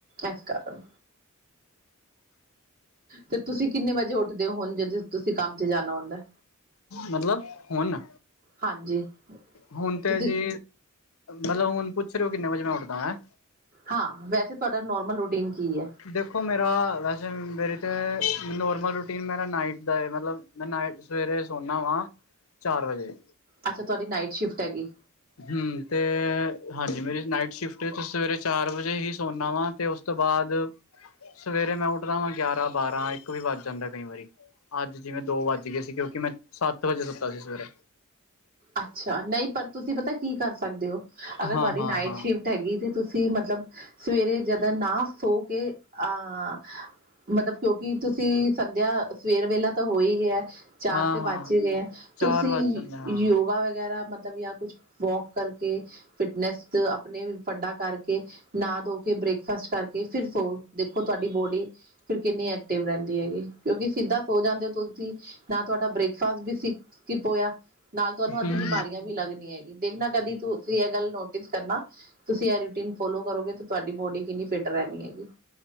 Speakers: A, on the right (about 45°); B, on the left (about 75°).
A: ਐਸ ਕਾਰਨ ਤੇ ਤੁਸੀਂ ਕਿੰਨੇ ਵਜੇ ਉੱਠਦੇ ਓ ਹੁਨ ਜੇ ਤੁ ਤੁਸੀਂ ਕੰਮ ਚ ਜਾਨਾ ਹੁੰਦੈ।
B: ਮਤਲਬ ਹੁਨ,
A: ਹਾਂਜੀ
B: ਹੁਨ ਤੇ
A: ਤੁਸੀਂ
B: ਜੀ ਮਤਲਬੁ ਹੁਨ ਪੁੱਛ ਰਏ ਓ ਕਿੰਨੇ ਵਜੇ ਮੈਂ ਉੱਠਦਾ ਵਾਂ ਹੈਂ।
A: ਹਾਂ, ਵੈਸੇ ਤੁਆਡਾ ਨੋਰਮਲ ਰੂਟੀਨ ਕੀ ਐ।
B: ਦੇਖੋ ਮੇਰਾ, ਵੈਸੇ ਮੇਰੀ ਤੇ ਨੋਰਮਲ ਰੂਟੀਨ ਮੇਰਾ ਨਾਈਟ ਦਾ ਏ, ਮਤਲਬ ਮੈਂ ਨਾਈਟ ਸਵੇਰੇ ਸੋਨਾਂ ਵਾਂ ਚਾਰ ਵਜੇ।
A: ਅੱਛਾ ਤੁਆਡੀ ਨਾਈਟ ਸ਼ਿਫਟ ਹੈਗੀ।
B: ਹੂੰ ਤੇ ਹਾਂਜੀ ਮੇਰੀ ਨਾਈਟ ਸ਼ਿਫਟ ਏ ਤੇ ਸਵੇਰੇ ਚਾਰ ਵਜੇ ਈ ਸੋਨਾ ਵਾਂ ਤੇ ਉਸ ਤੋਂ ਬਾਦ, ਸਵੇਰੇ ਮੈਂ ਉੱਠਦਾ ਵਾਂ ਗਿਆਰਾਂ-ਬਾਰਾਂ ਇੱਕ ਵੀ ਵੱਜ ਜਾਂਦਾ ਏ ਕਈ ਵਾਰੀ। ਅੱਜ ਜਿਵੇਂ ਦੋ ਵੱਜਗੇ ਸੀ ਕਿਓਂਕਿ ਮੈਂ ਸੱਤ ਵਜੇ ਸੁੱਤਾ ਸੀ ਸਵੇਰੇ।
A: ਅੱਛਾ ਨਈਂ ਪਰ ਤੁਸੀਂ ਪਤਾ ਕੀ ਕਰ ਸਕਦੇ ਓ ਅਗਰ
B: ਹਾਂ
A: ਸਾਡੀ
B: ਹਾਂ
A: ਨਾਈਟ
B: ਹਾਂ
A: ਸ਼ਿਫ ਤਾ ਹੈਗੀ, ਤੇ ਤੁਸੀਂ ਮਤਲਬ ਸਵੇਰੇ ਜਾਦਾ ਨਾ ਸੋ ਕੇ ਆਹ ਮਤਲਬ ਕਿਓਂਕਿ ਤੁਸੀ ਸੰਦੇਆ ਸੁਵੇਰ ਵੇਲਾ ਤਾ ਹੋ ਈ ਗੇਆ। ਚਾਰ
B: ਹਾਂ
A: ਤੇ ਵੱਜ
B: ਹਾਂ
A: ਈ ਗਏ ਐ
B: ਚਾਰ
A: ਤੁਸੀਂ
B: ਵੱਜ ਜਾਂਦੇ ਹਾਂ
A: ਯੋਗਾ ਵਗੈਰਾ ਮਤਲਬ ਜਾਂ ਕੁੱਛ ਵੋਕ ਕਰਕੇ ਫਿਟਨੈਸ ਤੇ ਆਪਨੀ ਵੀ ਫੰਡਾ ਕਰਕੇ ਨਾ ਧੋ ਕੇ ਬ੍ਰੇਕਫਾਸਟ ਕਰ ਕੇ ਫਿਰ ਸੋਅੋ, ਦੇਖੋ ਤੁਆਡੀ ਬੋਡੀ ਫਿਰ ਕਿੰਨੀ ਐਕਟਿਵ ਰੈਂਦੀ ਹੈਗੀ। ਕਿਓਂਕਿ ਸਿੱਦਾ ਸੋ ਜਾਂਦੇ ਓ ਤੁਸੀਂ ਨਾ ਤੁਆਡਾ ਬ੍ਰੇਕਫਾਸਟ ਸਿਪ ਸਕਿੱਪ ਹੋਏਆ। ਨਾਲ ਤੁਹਾਨੂੰ
B: ਹੂੰ।
A: ਅੱਦੀ ਬਿਮਾਰੀਆਂ ਵੀ ਲੱਗਨੀ ਹੈਗੀ, ਦੇਖਨਾ ਕਦੀ ਤੁਸੀਂ ਏ ਗੱਲ ਨੋਟਿਸ ਕਰਨਾ ਤੁਸੀਂ ਏ ਰੂਟੀਨ ਫੋਲੋ ਕਰੋਗੇ ਤੇ ਤੁਆਡੀ ਬੋਡੀ ਕਿੰਨੀ ਫਿਟ ਰੈਨੀ ਹੈਗੀ।